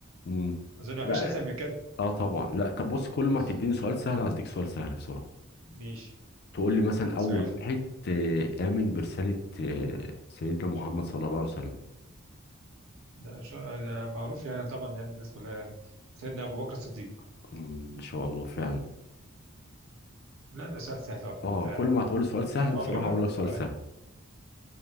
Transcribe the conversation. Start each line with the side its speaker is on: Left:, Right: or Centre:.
Left: مم.
Right: اظن ما
Left: لا
Right: فيش اسهل من كده
Left: اه طبعا لا طب بص كل
Right: ماشي
Left: ما تديني سؤال سهل هديك سؤال سهل بسرعه
Right: ماشي
Left: تقول لي مثلا اول
Right: سؤالك
Left: واحد آه، امن برساله آه، سيدنا محمد صلى الله عليه وسلم
Right: ده, شو... ده معروف يعني طبعا يعني الناس كلها يعني سيدنا ابو بكر الصديق
Left: مم، ما شاء الله فعلا
Right: لا ده سؤال سهل طبعا
Left: اه
Right: انت
Left: كل ما هتقول لي سؤال سهل
Right: طبعا
Left: بصراحه
Right: بجيب لك
Left: اقول لك سؤال
Right: طيب
Left: سهل